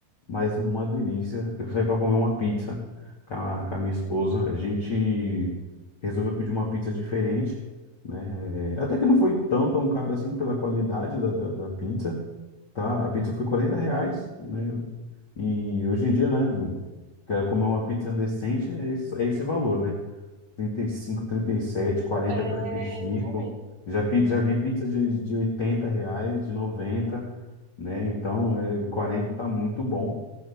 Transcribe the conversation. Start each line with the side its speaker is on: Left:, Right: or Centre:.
Left: mas uma delícia. Eu saí para comer uma pizza com a, com a minha esposa. A gente resolveu pedir uma pizza diferente, né? É, Até que não foi tão, tão cara assim pela qualidade da, da da pizza. Tá, a pizza foi 40 reais, né? E hoje em dia, né? Quero comer uma pizza decente, é esse, é esse valor, né? 35, 37, 40,
Right: É,
Left: 45.
Right: eu também.
Left: Já, pi- já vi pizza de, de 80 reais, de noventa né? Então, é, 40 tá muito bom